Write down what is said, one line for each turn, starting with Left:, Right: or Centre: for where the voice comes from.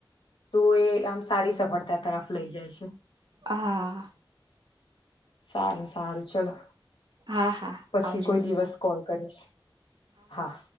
Left: તો એ આમ સારી સફળતા તરફ લઈ જાય છે.
Right: હા
Left: સારું સારું ચલો
Right: હા હા
Left: પછી
Right: આવજો
Left: કોઈ દિવસ કોલ કરીશ હા